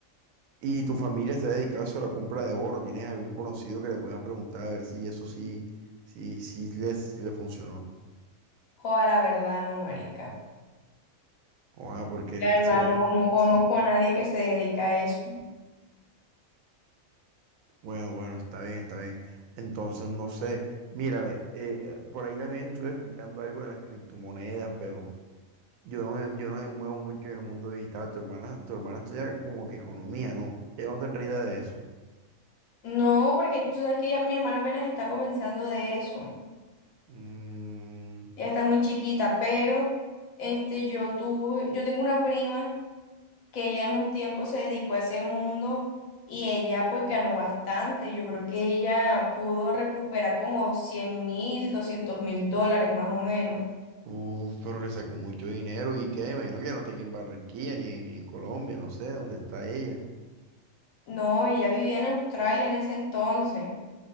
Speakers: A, on the right; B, on the left.
A: ¿Y tu familia se ha dedicado a eso, a la compra de oro? ¿Tienes algún conocido que le puedas preguntar a ver si eso sí, sí, sí les, sí le funcionó?
B: Joda, la verdad no, marica.
A: O, ah, porque
B: La verdad
A: si me...
B: no, no conozco
A: sí,
B: a nadie que se dedica a eso.
A: Bueno, bueno, está bien, está bien. Entonces, no sé, mira, ve, eh, eh, por ahí también estuve escuchando algo de las criptomonedas, pero... Yo no, me- yo no me muevo mucho en el mundo digital. Tu hermana, tu hermana estudia como que economía, ¿no? Ella no tendría idea de eso.
B: No, porque tú sabes que ya mi hermana apenas está comenzando de eso.
A: Mm,
B: Ya está muy chiquita, pero este, yo tuve, yo tengo una prima. que ella en un tiempo se dedicó a ese mundo y ella pues ganó bastante. Yo creo que ella pudo recuperar como cien mil, doscientos mil dólares más o menos.
A: uf, pero le sacó mucho dinero y qué, imagino que ya no está aquí en Barranquilla ni, ni en Colombia, no sé dónde está ella.
B: No, ella vivía en Australia en ese entonces.